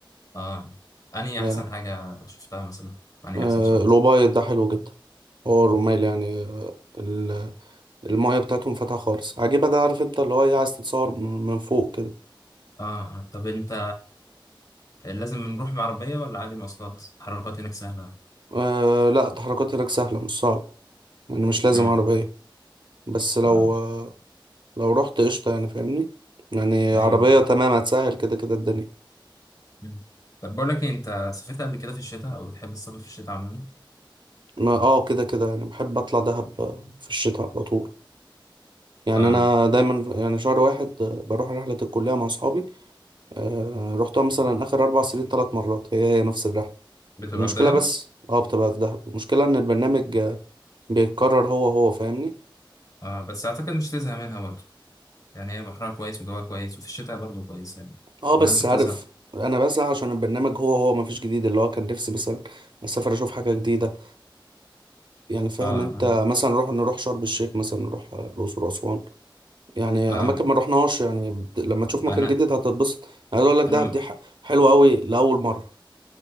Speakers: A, on the left (about 45°); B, on the right (about 65°).
A: آه أنهي
B: آه.
A: أحسن حاجة شفتها مثلا أنهي
B: آه،
A: أحسن شط
B: الأوبايد ده حلو جدا هو الرمال يعني آه، ال- المايه بتاعتهم فاتحة خالص عجيبة ده عارف انت اللي هو ايه عايز تتصور من من فوق كده
A: آه طب أنت لازم نروح بعربية ولا عادي مواصلات التحركات هناك سهلة
B: آه لا التحركات هناك سهلة مش صعبة يعني مش لازم
A: امم
B: عربية بس لو
A: آه
B: آه لو رحت قشطة يعني فاهمني يعني عربية
A: أيوة
B: تمام هتسهل كده كده الدنيا
A: مم. طب بقول لك إيه أنت سافرت قبل كده في الشتاء أو بتحب السفر في الشتاء عموما
B: ما اه كده كده يعني بحب اطلع دهب آه، في الشتاء على طول يعني
A: آه
B: انا دايما يعني شهر واحد آه، بروح رحلة الكلية مع اصحابي آه رحتها مثلا اخر اربع سنين ثلاث مرات هي هي نفس الرحلة
A: بتبقى
B: المشكلة
A: في دهب
B: بس اه بتبقى في دهب المشكلة ان البرنامج آه، بيتكرر هو هو فاهمني
A: آه بس أعتقد مش تزهق منها برضه يعني هي بحرها كويس وجوها كويس وفي الشتاء برضه كويس يعني
B: اه بس
A: ولا أنت بتزهق
B: عارف انا بسعى عشان البرنامج هو هو مفيش جديد اللي هو كان نفسي مثلا اسافر اشوف حاجة جديدة يعني فاهم
A: آه
B: انت
A: آه.
B: مثلا نروح نروح شرم الشيخ مثلا نروح آه، الاقصر واسوان يعني
A: اه
B: اماكن ما رحناهاش يعني بت- لما تشوف مكان
A: انا
B: جديد هتتبسط انا عايز اقول لك دهب
A: انا م-
B: دي ح- حلوة قوي لاول مرة